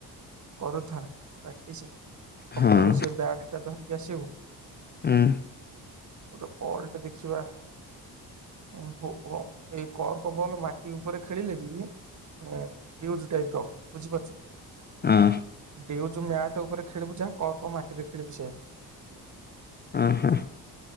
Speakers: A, on the right; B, on the left.
A: କରୁଥା ପ୍ରାକ୍ଟିସ ସକାଳୁ
B: ହଁ
A: ସେ ବ୍ୟାଟ ଟା ଧରିକି କି ଆସିିବୁ
B: ହୁଁ।
A: ଗୋଟେ ବଲଟେ ଦେଖିବା ଉଁ ହଉ ପୁଅ ଏଇ କର୍କ ବଲ ମାଟି ଉପରେ ଖେଳିଲେ ବି ଏଁ ଟିଉଜ ଟାଇପ ର ବୁଝିପାରୁଚୁ।
B: ହଁ।
A: ଡିଉଜୁ ମ୍ୟାଟ ଉପରେ ଖେଳିବୁ ଯାହା କର୍କ ମାଟିରେ ଖେଳିବୁ ସେଇଆ।
B: ଉଁ ହୁଁ।